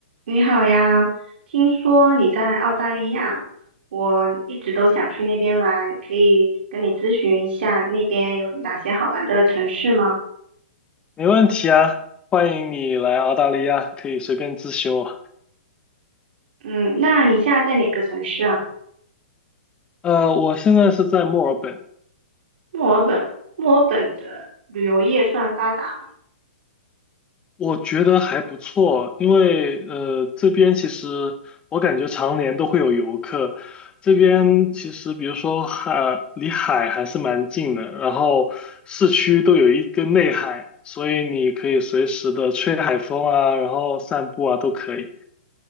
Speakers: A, on the right; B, on the left.
A: 你好呀，听说你在澳大利亚，我一直都想去那边玩，可以跟你咨询一下那边有哪些好玩的城市吗？
B: 没问题啊，欢迎你来澳大利亚，可以随便咨询我。
A: 嗯，那你现在在哪个城市啊？
B: 呃，我现在是在墨尔本，
A: 墨尔本，墨尔本的旅游业算发达吧？
B: 我觉得还不错，因为呃这边其实我感觉常年都会有游客，这边其实比如说海离海还是蛮近的，然后市区都有一个内海，所以你可以随时的吹海风啊，然后散步啊都可以。